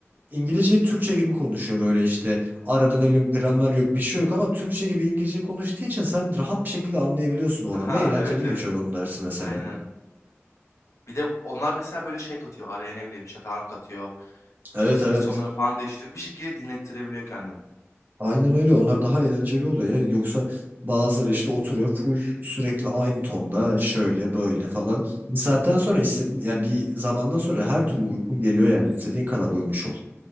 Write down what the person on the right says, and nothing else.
İngilizceyi Türkçe gibi konuşuyor böyle işte. Arada ne bileyim gramer yok bir şey yok ama Türkçe gibi İngilizce konuştuğu için sen rahat bir şekilde anlayabiliyorsun o adamı
ve eğlenceli
geçiyor
onun dersi mesela.
Evet
evet.
Aynen öyle onlar daha eğlenceli oluyor ya. Yoksa bazıları işte oturuyor full sürekli aynı tonda şöyle böyle falan. Bir saatten sonra istediğin ya bir zamandan sonra her türlü uykun geliyor yani istediğin kadar uyumuş ol.